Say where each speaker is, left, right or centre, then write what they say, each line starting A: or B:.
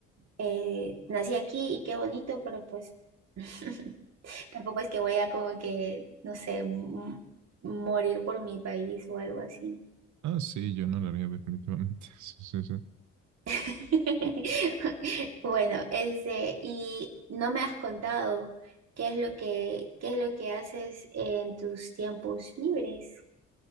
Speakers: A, on the right; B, on the right.
A: Eh, nací aquí y qué bonito, pero pues <laughs> tampoco es que voy a como que, no sé, m- morir por mi país o algo así. ¿no?
B: Ah, sí, yo no lo haría definitivamente. <laughs> Sí, sí, sí.
A: <laughs> Bueno, este, y no me has contado qué es lo que, qué es lo que haces en tus tiempos libres.